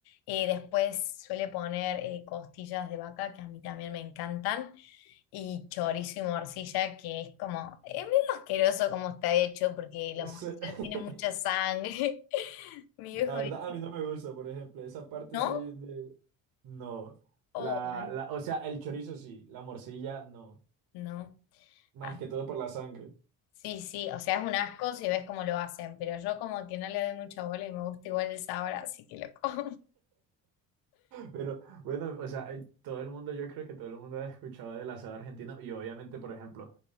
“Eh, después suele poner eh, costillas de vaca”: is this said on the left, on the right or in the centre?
Left